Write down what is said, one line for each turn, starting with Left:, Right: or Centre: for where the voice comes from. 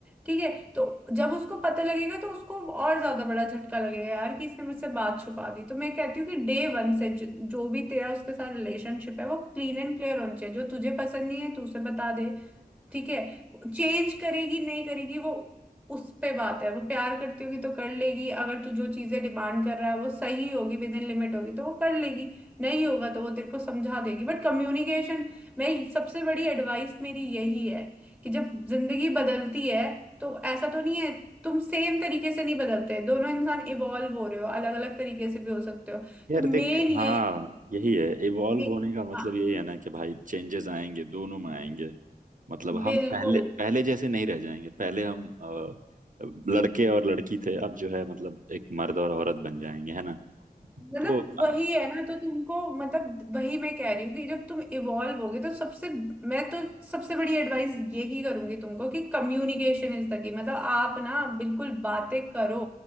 Centre: ठीक है तो जब उसको पता लगेगा तो उसको और ज्यादा बड़ा झटका लगेगा यार कि इसने मुझसे बात छुपा दी तो मैं कहती हूँ कि डे वन से जो, जो भी तेरा उसके साथ रिलेशनशिप है वो क्लीन एंड क्लियर होना चाहिए जो तुझे पसंद नहीं है तू उसे बता दे ठीक है चेंज करेगी नहीं करेगी वो उस पे बात है वो प्यार करती होगी तो कर लेगी अगर तू जो चीजें डिमांड कर रहा है वो सही होगी विद इन लिमिट होगी तो वो कर लेगी नहीं होगा तो वो तेरे को समझा देगी बट कम्युनिकेशन मैं सबसे बड़ी एडवाइस मेरी यही है कि जब जिंदगी बदलती है तो ऐसा तो नहीं है तुम सेम तरीके से नहीं बदलते दोनों इंसान इवॉल्व हो रहे हो अलग अलग तरीके से भी हो सकते हो
Right: यार
Centre: तो मेन
Right: देख
Centre: यही
Right: हाँ यही है इवॉल्व
Centre: मे-
Right: होने का मतलब
Centre: हाँ
Right: यही है ना कि भाई चेंजेस आएंगे दोनों में आएंगे मतलब
Centre: बिल्कुल
Right: हम पहले पहले जैसे नहीं रह जाएंगे पहले हम अ, लड़के और लड़की थे अब जो है मतलब एक मर्द और औरत बन जाएंगे है ना
Centre: मतलब
Right: तो अ,
Centre: वही है ना तो तुमको मतलब वही मैं कह रही हूँ कि जब तुम इवॉल्व होगे तो सबसे मैं तो सबसे बड़ी एडवाइस यही करूंगी तुमको कि कम्युनिकेशन इज द की मतलब आप ना बिल्कुल बातें करो